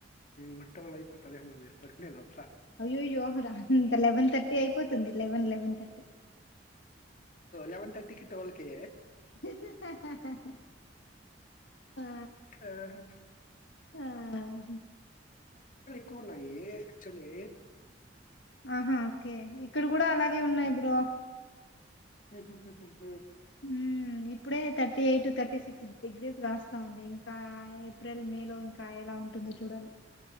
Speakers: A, on the left (about 45°); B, on the left (about 70°).
A: ముట్టల్ళ అయిపోతాదేమో మీరు పడుకనే లోపు
B: అయ్యోయ్యో రా లెవెన్ తర్టీ అయిపోతే eleven eleven thirty
A: eleven thirty కి టువెల్కి
B: హహహహహహహహహ ఆ ఆ
A: ఆహా
B: హహహహ
A: కువున్నాయి అక్చుల్లీ
B: ఆహా కే ఇక్కడ కూడా అలాగే ఉన్నాయి బ్రో
A: మ్హ్ హ్ హ హ
B: మ్ ఇప్పుడే thirty eight to thirty six degrees కాస్తా ఉంది ఇంకా ఏప్రిల్ మే లో ఇంకా ఎలా ఉంటుందో చూడాలి